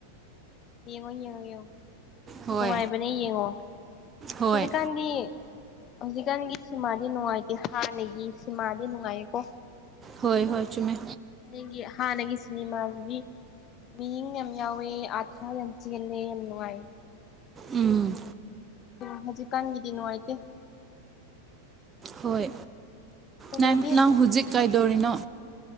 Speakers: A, on the left; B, on the right.
A: ꯌꯦꯡꯉꯣ ꯌꯦꯡꯉꯣ ꯌꯦꯡꯉꯣ
B: ꯍꯣꯏ
A: ꯅꯨꯡꯉꯥꯏꯕꯅꯦ ꯌꯦꯡꯉꯣ
B: ꯍꯣꯏ
A: ꯍꯧꯖꯤꯛꯀꯥꯟꯗꯤ ꯍꯧꯖꯤꯛꯀꯥꯟꯒꯤ ꯁꯤꯃꯥꯗꯤ ꯅꯨꯡꯉꯥꯏꯇꯦ ꯍꯥꯟꯅꯒꯤ ꯁꯤꯃꯥꯗꯤ ꯅꯨꯡꯉꯥꯏꯌꯦꯀꯣ
B: ꯍꯣꯏ ꯍꯣꯏ ꯆꯨꯝꯃꯦ
A: ꯑꯩꯒꯤ ꯍꯥꯟꯅꯒꯤ ꯁꯤꯅꯤꯃꯥꯁꯤꯗꯤ ꯃꯤꯌꯤꯡ ꯌꯥꯝ ꯌꯥꯎꯋꯦ ꯑꯥꯔ__ ꯊ ꯌꯥꯝ ꯆꯦꯜꯂꯦ ꯌꯥꯝ ꯅꯨꯡꯉꯥꯏꯌꯦ
B: ꯎꯝ
A: <unintelligible> ꯎꯝ ꯍꯧꯖꯤꯛꯀꯥꯟꯒꯤꯗꯤ ꯅꯨꯡꯉꯥꯏꯇꯦ
B: ꯍꯣꯏ
A: ꯀꯩꯅꯣꯗꯤ
B: ꯅꯪ ꯅꯪ ꯍꯨꯖꯤꯛ ꯀꯩꯗꯧꯔꯤꯅꯣ